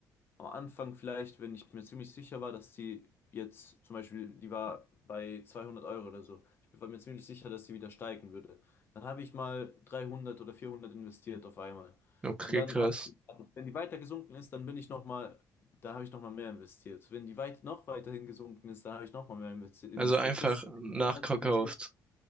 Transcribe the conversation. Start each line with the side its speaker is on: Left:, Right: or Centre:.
Left: am Anfang vielleicht, wenn ich mir ziemlich sicher war, dass die jetzt zum Beispiel, die war bei 200 Euro oder so. Ich war mir ziemlich sicher, dass die wieder steigen würde. Dann habe ich mal 300 oder 400 investiert auf einmal.
Right: Okay,
Left: Und dann
Right: krass.
Left: habe ich, gewartet. wenn die weiter gesunken ist, dann bin ich noch mal, da habe ich noch mal mehr investiert. Wenn die weit noch weiterhin gesunken ist, dann habe ich noch mal mehr investi- investiert.
Right: Also einfach
Left: Bis
Right: nachverkauft.
Left: mein ganzes Budget.